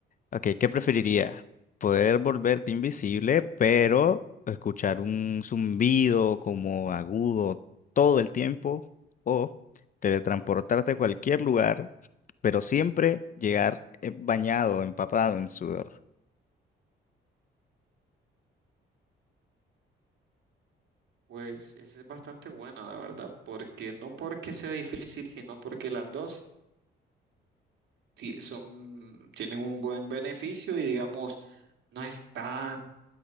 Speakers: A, on the left; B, on the right.
A: Ok, ¿qué preferirías? ¿Poder volverte invisible, pero escuchar un zumbido como agudo todo el tiempo? ¿O teletransportarte a cualquier lugar, pero siempre llegar eh, bañado, empapado en sudor?
B: Pues esa es bastante buena, la verdad, porque no porque sea difícil, sino porque las dos ti- son, tienen un buen beneficio y digamos, no es tan